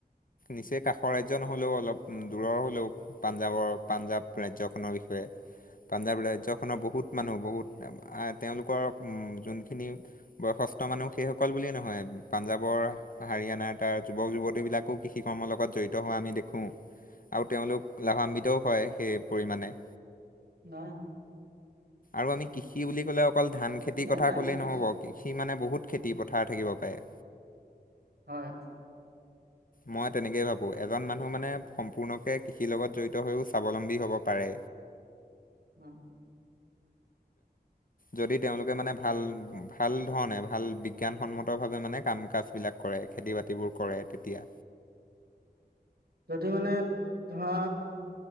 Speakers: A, on the left; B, on the right.
A: নিচেই কাষৰ ৰাজ্য নহলেও অলপ দূৰৰ হলেও পাঞ্জাৱৰ পাঞ্জাৱ ৰাজ্যখনৰ বিষ
B: <inaudible>
A: পাঞ্জাব ৰাজ্য বহুত মানুহ, বহুত। আ তেওঁলোকৰ ও যোনখিনি বয়সস্থ মানুহ সেইসকল বোলে নহয়। পাঞ্জাৱৰ, হাৰিয়ানাৰ তাৰ যুৱক-যুৱতী বিলাকো কৃষি-কৰ্মৰ লগত জড়িত হোৱা আমি দেখো।
B: উ।
A: আৰু তেওঁলোক লাভান্বিতও হয়, সেই পৰিমাণে।
B: নাই।
A: আৰু আমি কৃষি বুলি ক'লে অকল ধান খেতিৰ
B: এনে
A: কথা
B: টাইমটো
A: কলেই
B: চাইছো
A: নহব। কৃষি সি মানে বহুত খেতি-পথাৰ থাকিব পাৰে।
B: হয়।
A: মই তেনেকেই ভাবো এজন মানুহ মানে সম্পূৰ্ণকে কৃষিৰ লগত জড়িত হৈও স্বাৱলম্বী হ'ব। পাৰে
B: উম।
A: যদি তেওঁলোকে মানে ভাল ভাল ধৰণে ভাল বিজ্ঞান সন্মত ভাৱে মানে কাম কাজ বিলাক কৰে। খেতি-বাতিবোৰ কৰে তেতিয়া।
B: যদি মানে ধৰা